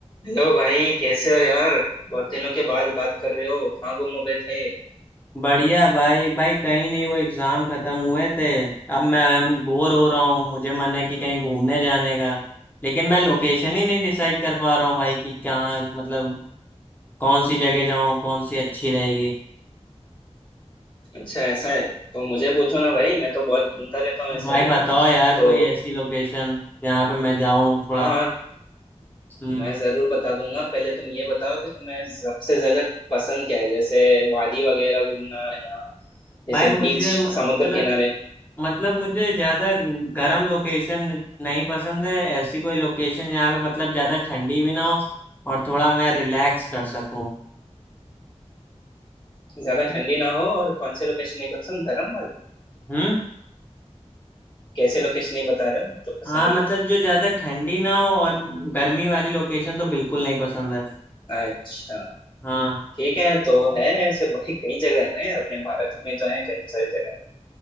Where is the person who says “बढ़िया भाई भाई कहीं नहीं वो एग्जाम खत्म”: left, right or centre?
Left